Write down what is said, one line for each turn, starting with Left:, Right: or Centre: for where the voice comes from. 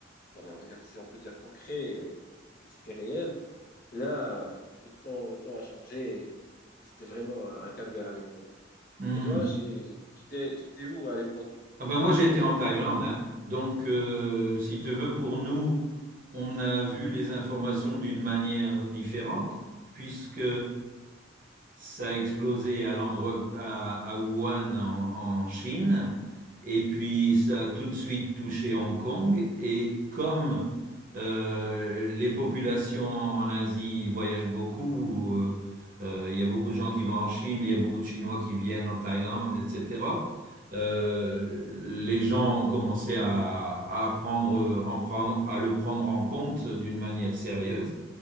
Left: voilà, on va dire, si on peut dire concret, et c'était réel, là, le temps, le temps a changé et c'était vraiment un, un calvaire à l'époque.
Right: Hmm.
Left: Et toi, chez- tu t'es, tu t'es où à l'époque?
Right: Ah ben moi j'ai été en Thaïlande, hein. Donc euh, si tu veux, pour nous, on a vu les informations d'une manière différente, puisque ça a explosé à l'endroit à, à Wuhan en, en Chine, et puis ça a tout de suite touché Hong Kong, et comme Euh, les populations en Asie voyagent beaucoup. euh, euh, Il y a beaucoup de gens qui vont en Chine, il y a beaucoup de Chinois qui viennent en Thaïlande, etc. Euh, les gens ont commencé à, à prendre, en prendre, à le prendre en compte d'une manière sérieuse.